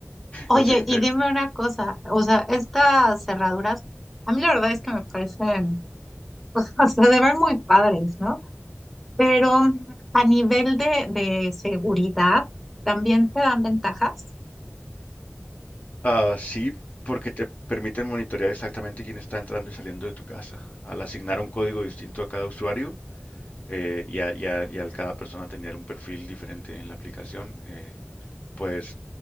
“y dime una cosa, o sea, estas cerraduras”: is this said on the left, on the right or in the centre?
Centre